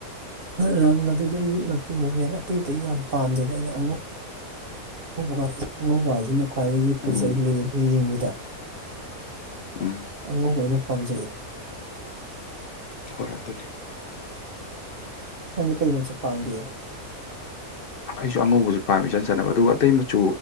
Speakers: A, on the right; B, on the left.
A: ꯔꯪ ꯑꯗꯨꯗꯤ ꯑꯩꯗꯤ ꯃꯆꯨ ꯃꯃꯦꯟ ꯑꯇꯩ ꯑꯇꯩ ꯌꯥꯝ ꯄꯥꯝꯗꯦꯗ ꯑꯩꯗꯤ ꯑꯉꯧ ꯑꯉꯧꯕ ꯉꯥꯇ ꯑꯉꯧꯕ ꯍꯥꯏꯁꯤꯅ ꯈ꯭ꯋꯥꯏꯗꯒꯤ ꯐꯖꯩ
B: ꯎꯝ
A: ꯂꯩꯝꯃꯤ ꯌꯦꯡꯕꯗ
B: ꯎꯝ
A: ꯑꯉꯧꯕ ꯑꯣꯏꯅ ꯄꯥꯝꯖꯩꯩ ꯑꯩꯗꯤ
B: ꯍꯣꯏ ꯑꯗꯨꯅꯦ
A: ꯅꯪꯗꯤ ꯀꯩ ꯃꯆꯨ ꯄꯥꯝꯒꯦ
B: ꯑꯩꯖꯨ ꯑꯉꯧꯕꯖꯦ ꯄꯥꯝꯃꯦ ꯏꯆꯟ ꯆꯟꯅꯕ ꯑꯗꯨꯒ ꯑꯇꯩ ꯃꯆꯨ